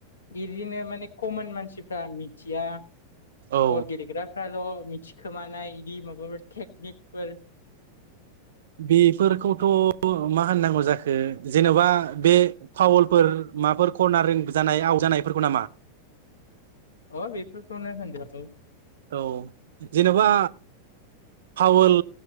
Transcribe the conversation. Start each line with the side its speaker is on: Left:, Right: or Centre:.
Left: बिदिनो माने कमन मानसिफ्रा मिथिया
Right: औ
Left: बल गेलेग्रा फाल' मिथिखोमानाय बिदि माबाफोर टेकनिकफोर
Right: बेफोरखौथ' मा होननांगौ जाखो जेन'बा बे फावल माबाफोर करना जानाय आव नायफोरखौ नामा
Left: अ बेफनोान्द
Right: औ जेने'बा पावोल